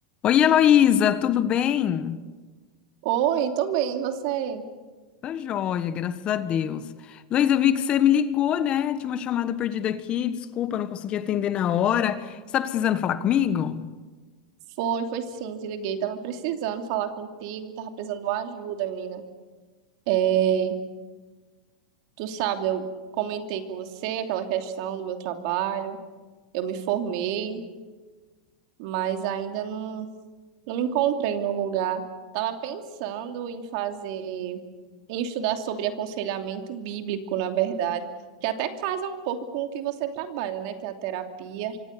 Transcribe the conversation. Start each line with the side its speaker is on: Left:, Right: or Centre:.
Left: Oi, Heloísa, tudo bem?
Right: Oi, tô bem, e você?
Left: Tá joia, graças a Deus. Heloísa, eu vi que você me ligou, né? Tinha uma chamada perdida aqui, desculpa, não consegui atender na hora. Você tá precisando falar comigo?
Right: Foi, foi sim, te liguei. Tava precisando falar contigo, tava precisando de uma ajuda, menina. É, tu sabe, eu comentei com você aquela questão do meu trabalho. Eu me formei, mas ainda não, não me encontrei no lugar. Tava pensando em fazer, em estudar sobre aconselhamento bíblico, na verdade, que até casa um pouco com o que você trabalha, né? Que é a terapia.